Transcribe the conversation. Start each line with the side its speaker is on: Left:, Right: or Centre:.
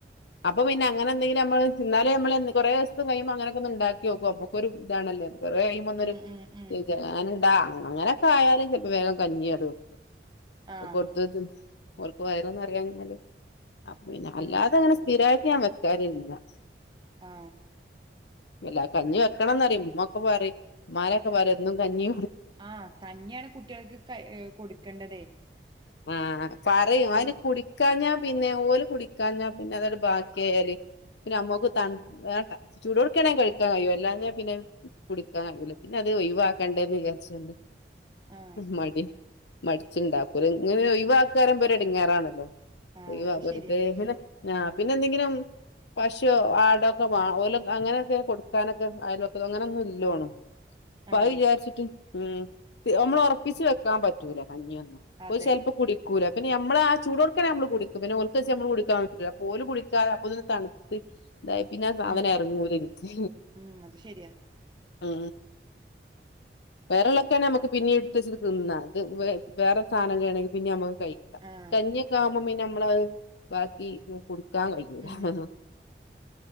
Left: അപ്പൊ പിന്നെ അങ്ങനെ എന്തേലും നമ്മൾ എന്നാലും നമ്മൾ കുറെ ദിവസം കഴിയുമ്പോ അങ്ങനക്കെ ഒന്ന് ഉണ്ടാക്കി നോക്കും. അപ്പോൾ ഒരു ഇതാണല്ലോ, വറ കഴിയുമ്പോ ഒന്നൊരു
Right: ഉം ഉം ഉം
Left: <unintelligible> അങ്ങനെയൊക്കെ ആയാലും വേഗം കഞ്ഞി ആടുവെക്കും.
Right: ആഹ്
Left: കൊടുതോക്കും ഓർക്കു വയറ് <unintelligible> അപ്പം പിന്നെ അല്ലാതെ
Right: ഉം
Left: അങ്ങനെ <unintelligible>
Right: ആ
Left: ഇല്ല കഞ്ഞി വെക്കണമെന്നു പറയും. ഉമ്മൊക്കെ പറയും ഉമമാനൊക്കെ പറയും എന്നും കഞ്ഞിയും
Right: ആ കഞ്ഞിയാണ് കുട്ടികൾക്ക് ക കൊടുക്കണ്ടതേ.
Left: ആ പറയും അതിന് കുടിക്കാഞ്ഞാ പിന്നെ, ഓല് കുടിക്കാഞ്ഞാ പിന്നെ അത് എടു- ബാക്കിയാൽ. പിന്നെ അമ്മക്ക് ത ചൂടുോടിക്കാണെങ്ക കഴിക്കാൻ കഴിയോ അല്ലാതെ പിന്നെ കുടിക്കാൻ കഴൂല പിന്നെ അത് ഒഴിവാക്കണ്ടേന്ന് വിചാരിച്ചണ്ട്.
Right: ആഹ്
Left: മടി മടിച്ചുണ്ടാക്കൂല. ഇങ്ങനെ ഒഴു വാക്കുമ്പോഴേപോര ഇടങ്ങാറാണല്ലോ?
Right: ആഹ്
Left: <unintelligible>
Right: അത്
Left: വെറുതെ
Right: ശരിയാണ്
Left: പിന്നെ ആ പിന്നെ എന്തെങ്കിലും പശുവോ, ആടൊക്കെ വ ഓല് അങ്ങനെയൊക്കെ കൊടുക്കാനൊക്കെ അയ്ലോക്കം അങ്ങനോന്നും ഇല്ലോണം. അപ്പ
Right: ആഹ്
Left: അത് വിചാരിച്ചിട്ട് ഉം നമ്മള ഉറപ്പിച്ച് വെക്കാൻ പറ്റൂല. പഞ്ഞിയൊന്നും
Right: അതെ
Left: ഓര് ചിലപ്പോൾ കുടിക്കൂല പിന്നെ നമ്മള് ആ ചൂടടുക്കെ നമ്മള് കുടിക്കും. <unintelligible> വെച്ച് നമ്മള് കുടിക്കാൻ നിക്കു ഓല് കുടിക്കാര അപ്പന്ന് തണുത്ത്. ഇതായ പിന്നെ ആ സാധന
Right: ഉം
Left: ഇറങ്ങൂര എനിക്ക്.
Right: ഉം അത് ശരിയാ
Left: ആ വേറോളൊക്കെ ആണ് നമുക്ക് പിന്നെ എടുത്ത തിന്ന അത് വേറെ സാധനം കാണെങ്കിൽ പിന്നെ നക്ക് കഴിക്ക
Right: ആഹ്
Left: കഞ്ഞി ഒക്കെ ആകുമ്പോൾ പിന്നെ നമ്മളത് ബാക്കി <unintelligible>
Right: ഉം